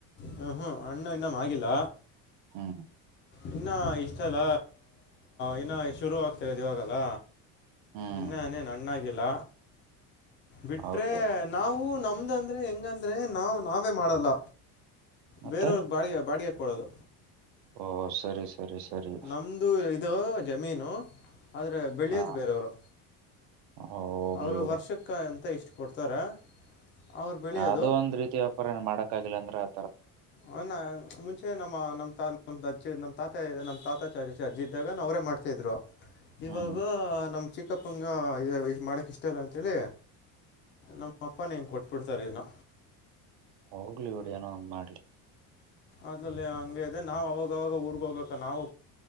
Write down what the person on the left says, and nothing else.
ಹ್ಮ್ ಹ್ಮ್ ಅಣ್ಣು ಇನ್ನಮ್ಮ್ ಆಗಿಲ್ಲ
ಇನ್ನ ಇಷ್ಟ ಅಲ್ಲ ಇನ್ನು ಶುರು ಆಗ್ತಿರದು ಇವಾಗಲ್ಲ
ಇನ್ನಾನನೆ ನ್ಣಾಗಿಿಲ್ಲ ಬಿಟ್ರೆ
ನಾವು ನಮ್ಮ ನಮ್ದ ಅಂದ್ರೆ ಹೆಂಗಂದ್ರೆ ನಾವವು ನಾವೇ ಮಾಡಲ್ಲ
ಬೇರವ್ರಗ್ ಬಾಡಿಯ ಬಾಡಿಯ ಕೊಡದು
ನಮ್ಮದು ಇದು ಜಮೀನು ಆದರೆ ಬೆಳೆಯೋದು
ಬೇರೆಯವರು
ಅವರು
ವರ್ಷಕ್ಕೆ ಅಂತ ಇಷ್ಟು ಕೊಡ್ತಾರೆ ಅವ್ರು ಬೆಳೆಯೋದು
ಹನ್ನ ಮುಂಚೆ ನಮ್ಮ ನಮ್ ತಾ ನಮ್ೆ ನಮ್ ತಾತ್ ನಮ್ಮ್ ತಾತ ಚಚ ಇದಾಗ ನಾವ ಅವ್ರೇ ಮಾಡ್ತಾ ಇದ್ರು ಇವಾಗ
ನಮ್ಮ್ ಚಿಕ್ಕಪಂಗ ಇ ಮಾಡಕ್ ಇಷ್ಟ ಅಲ್ಲ ಅಂತೇಳಿ ನಮ್ಮ ಅಪ್ಪನ ಹೆಂಗ ಕೊಟ್ಬಿಡ್ತಾರ ಇದನ್ನ
ಅದ್ರಲ್ಲಿ ಹಂಗೆ ಇದೆ ನಾವ್ ಅವಾಗ ಅವಾಗ ಊರ್ಗ್ ಹೋಗಬೇಕ ನಾವು